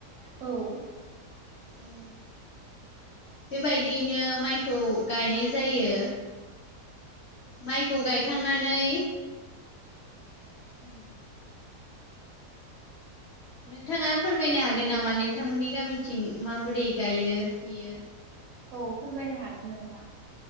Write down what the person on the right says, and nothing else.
औ
औ फोरमायनो हागोन नोंथां